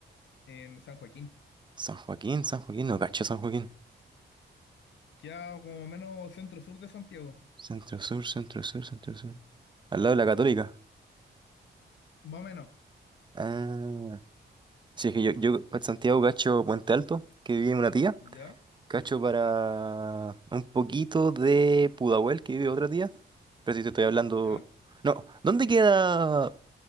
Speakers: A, on the left; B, on the right.
A: en San Joaquín.
B: San Joaquín, San Joaquín, no cacho San Joaquín.
A: Queda como menos centro-sur de Santiago,
B: Centro Sur, Centro Sur, Centro Sur. Al lado de la Católica.
A: más o menos.
B: Ah, sí, es que yo, yo para Santiago cacho Puente Alto, que vive una tía.
A: Ya,
B: Cacho para un poquito de Pudahuel, que vive otra tía. Pero si te estoy hablando.
A: ya.
B: No, ¿dónde queda